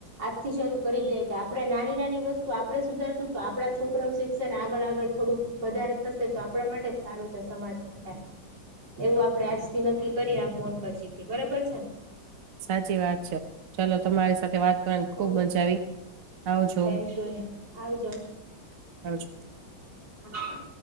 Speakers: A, on the right; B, on the right.
A: આજથી શરૂ કરી દે કે આપણે નાની નાની વસ્તુ આપણે સુધારશું તો આપણા છોકરા શિક્ષણ આગળ આગળ થોડુંક વધારે થશે તો આપણા માટે જ સારું છે સમાજ માટે એવું આપડે આજથી નક્કી કરીએ આ ફોન પછી થી બરાબર છે ને
B: સાચી વાત છે ચલો તમારી સાથે વાત કરવાની ખુબ
A: ઓકે
B: મજા આવી. આવજો
A: <unintelligible> આવજો
B: આવજો
A: <inaudible>